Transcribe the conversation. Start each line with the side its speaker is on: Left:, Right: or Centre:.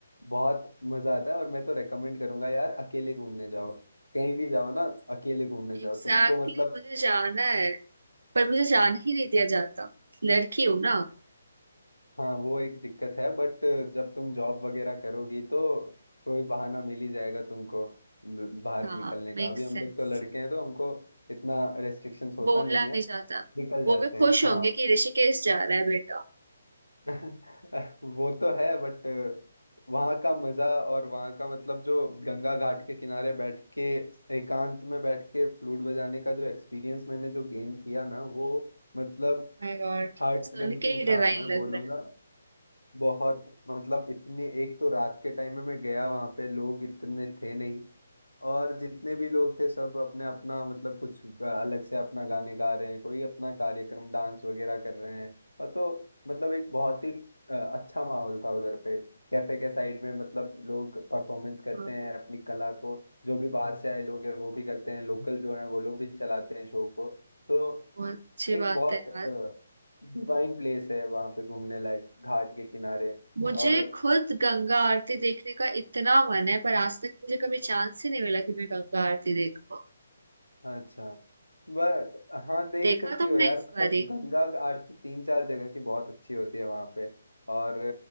Left: बहुत मजा आता है और मैं तो रेकमेंड करूंगा यार अकेले घूमने जाओ कहीं भी जाओ ना अकेले घूमने
Right: एग्जैक्टली
Left: जाओ तुमको मतलब
Right: exactly, मुझे जाना है पर मुझे जाने ही नहीं दिया जाता लड़की हूं ना
Left: हाँ वो एक दिक्कत है बट जब तुम जॉब वगैरह करोगी तो कोई बहाना मिल ही जाएगा तुमको ब- बाहर
Right: हाँ
Left: निकलने
Right: मेक
Left: का अभी
Right: सेंस
Left: हम लोग तो लड़के हैं तो हमको इतना रेस्ट्रिक्शंस होता
Right: बोला
Left: नहीं
Right: नहीं
Left: है
Right: जाता
Left: निकल
Right: वो
Left: जाते
Right: भी
Left: हैं
Right: खुश
Left: हाँ
Right: होंगे कि ऋषिकेश जा रहा है बेटा
Left: <laughs> वो तो है बट वहाँ का मजा और वहाँ का मतलब जो गंगा घाट के किनारे बैठ के एकांत में बैठ के फ्लूट बजाने का जो एक्सपीरियंस मैंने जो गेन किया ना वो मतलब
Right: Oh my god
Left: हार्ट
Right: सुन
Left: बेंचिंग
Right: के ही
Left: था
Right: डिवाइन
Left: मैं
Right: लग
Left: बोलूंगा
Right: रहा है
Left: बहुत मतलब इतनी एक तो रात के टाइम में मैं गया वहां पे लोग इतने थे नहीं और जितने भी लोग थे सब अपने अपना मतलब कुछ ग- अलग से अपना गाने गा रहे हैं कोई अपना कार्यक्रम डांस वगैरह कर रहे हैं और तो मतलब एक बहुत ही अ, अच्छा माहौल था उधर पे कैफे के साइड में मतलब लोग परफॉर्मेंस करते
Right: हाँ
Left: हैं
Right: हाँ,
Left: अपनी कला को जो भी बाहर से आए लोग हैं वो भी करते हैं लोकल जो है वो लोग भी चलाते हैं शो को तो
Right: बहुत अच्छी
Left: एक
Right: बात
Left: बहुत
Right: है यार
Left: डिवाइन प्लेस है वहां पे घूमने लायक घाट के किनारे
Right: मुझे
Left: और
Right: खुद गंगा आरती देखने का इतना मन है पर आज तक मुझे कभी चांस ही नहीं मिला कि मैं गंगा आरती देख पाऊँ
Left: अच्छा बट हाँ देख
Right: देखा
Left: सकती
Right: तुमने
Left: हो यार
Right: इस
Left: मतलब
Right: बारी
Left: गंगा का आरती तीन चार जगह की बहुत अच्छी होती है वहां पे और